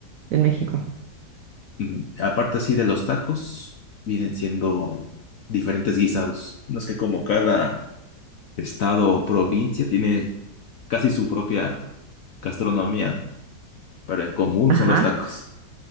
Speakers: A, on the right; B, on the left.
A: en México?
B: Ujú. Aparte, así de los tacos, vienen siendo diferentes guisados. No es que como cada estado o provincia tiene casi su propia gastronomía. pero en común
A: Ajá.
B: son los tacos.